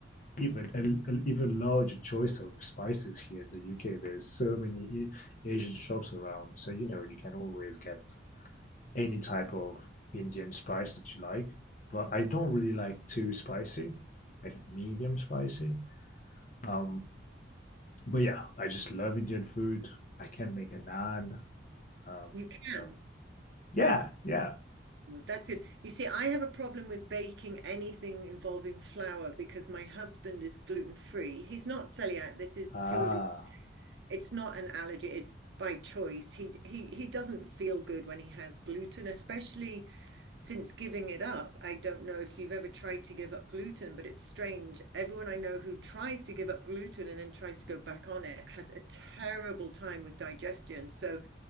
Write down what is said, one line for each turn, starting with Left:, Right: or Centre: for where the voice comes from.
Left: even a, a even larger choice of spices here in the UK. There's so many E, Asian shops around, so you know you can always get any type of Indian spice that you like, but I don't really like too spicy, like medium spicy. Um, but yeah, I just love Indian food. I can make a naan. Um,
Right: You can.
Left: you know, yeah, yeah.
Right: Well, That's good. You see, I have a problem with baking anything involving flour because my husband is gluten free. He's not celiac. This is
Left: Ah,
Right: purely it's not an allergy, it's by choice. He he he doesn't feel good when he has gluten, especially since giving it up. I don't know if you've ever tried to give up gluten, but it's strange. Everyone I know who tries to give up gluten and then tries to go back on it has a terrible time with digestion. So